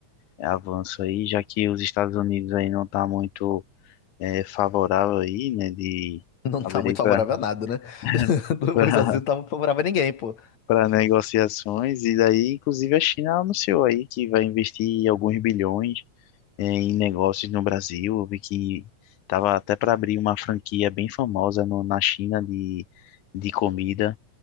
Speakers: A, on the left; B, on the left.
A: avanço aí, já que os Estados Unidos aí não tá muito eh, favorável aí, né, de
B: <laughs> Não
A: abrir
B: tá muito favorável
A: para
B: a nada, né?
A: <laughs>
B: <laughs> Os Estados Unidos não tá muito favorável a ninguém, pô.
A: para negociações e daí, inclusive, a China anunciou aí que vai investir alguns bilhões eh, em negócios no Brasil. Eu vi que tava até para abrir uma franquia bem famosa no- na China de, de comida,